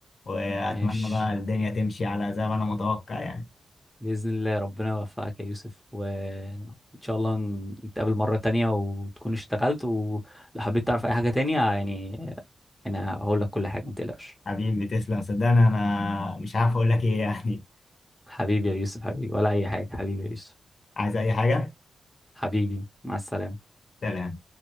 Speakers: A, on the left; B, in the centre.
A: واتمنى
B: ماشي
A: بقى الدنيا تمشي على زي ما انا متوقع يعني
B: بإذن الله ربنا يوفقك يا يوسف وإن شاء الله نتقابل مرة تانية وتكون اشتغلت ولو حبيت تعرف أي حاجة تانية يعني أنا هقول لك كل حاجة ما تقلقش
A: حبيبي تسلم صدقني انا مش عارف اقول لك ايه يعني
B: حبيبي يا يوسف حبيبي ولا أي حاجة حبيبي يا يوسف
A: عايز اي حاجه
B: حبيبي مع السلامة
A: سلام